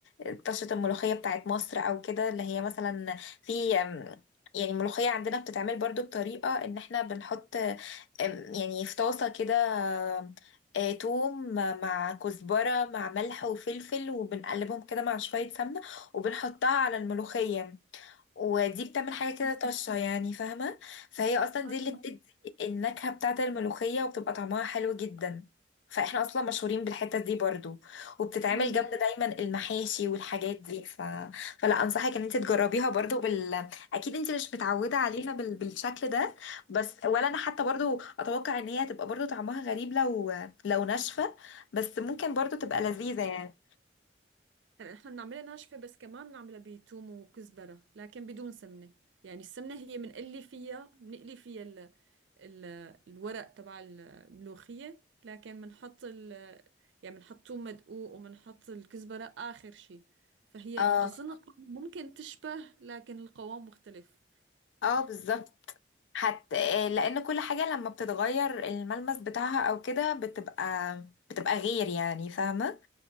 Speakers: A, on the left; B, on the right.
A: آه، طشه الملوخيه بتاعت مصر او كده اللي هي مثلا في آم، يعني الملوخيه عندنا بتتعمل برضو بطريقه ان احنا بنحط آم، يعني في طاسه كده آم، آه، توم مع كزبره مع ملح وفلفل وبنقلبهم كده مع شويه سمنه وبنحطها على الملوخيه ودي بتعمل حاجة
B: اه
A: كده طشة يعني فاهمة فهي أصلا دي
B: اه
A: اللي
B: تمام
A: بتدي النكهة بتاعة الملوخية وبتبقى طعمها حلو جدا فاحنا أصلا مشهورين بالحتة دي برضو وبتتعمل
B: مم.
A: جنب دايما المحاشي والحاجات دي ف... فلا أنصحك إن انت تجربيها برضو بال... أكيد انت مش متعودة عليها بال... بالشكل ده بس ولا أنا حتى برضو أتوقع إن هي هتبقى برضو طعمها غريب لو لو ناشفة بس ممكن برضو تبقى لذيذة يعني
B: هلا نحن بنعملها ناشفة بس كمان بنعملها بتوم وكزبرة لكن بدون سمنة يعني السمنة هي بنقلي فيها بنقلي فيها ال ال الورق تبع الملوخية لكن بنحط ال يعني بنحط توم مدقوق وبنحط الكزبرة آخر شي فهي
A: اه
B: أظن الطعم ممكن تشبه لكن القوام مختلف
A: اه بالظبط حتى لان كل حاجة لما بتتغير الملمس بتاعها او كده بتبقى بتبقى غير يعني فاهمة